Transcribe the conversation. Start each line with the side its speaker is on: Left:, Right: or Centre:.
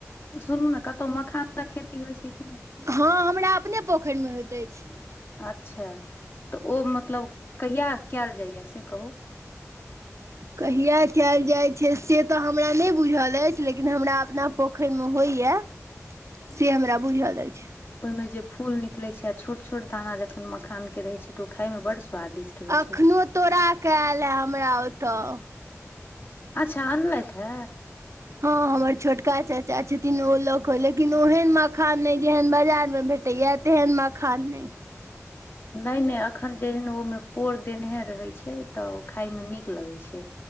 Left: सुनू ने कतो मखानक खेती होइ छै कि नय
Right: हँ हमरा अपने पोखेर मे होइत ऐछ
Left: अच्छा तऽ ओ मतलब कहिय कयल जाइए से कहू <inaudible>
Right: कहिय कयल जाइत छै से तऽ हमरा नय बुझल ऐछ लेकिन हमरा अपना पोखेर मे होइए से हमरा बुझल ऐछ
Left: ओय में जे फूल निकले छै आ छोट छोट दाना जखन मखान के रहे छै ते उ खाय मे बड़ स्वादिष्ट होइ
Right: अखनो
Left: छै
Right: तोड़ कऽ आयल ए हमरा ओतय
Left: अच्छा आन लैथ ह
Right: हँ हमर छोटका चच चा छथिन ओ लोक हो लेकिन ओहन मखान नय जेहन बाजार मे भेटैया तेहन मखान नय
Left: नय नय एखन जेहन ओहिमे पोर देनेहे रहैत छै तऽ ओ खायमे नीक लगैत छै